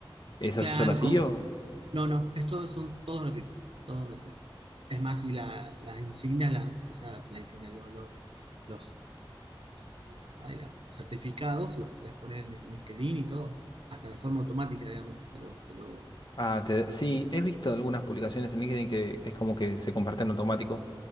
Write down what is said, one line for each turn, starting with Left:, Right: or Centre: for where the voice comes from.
Left: ¿Esas
Right: claro,
Left: son así
Right: como,
Left: o...?
Right: no, no, estos son todos gratuitos, todos gratuitos. Es más, y la, las insignias, las, o sea, la insignia, lo- lo- los, los, ay, los certificados, los puedes poner en LinkedIn y todo, hasta de forma automática, digamos, te lo, te lo,
Left: Ah, te- sí, he visto algunas publicaciones en LinkedIn que, que es como que se comparten automático,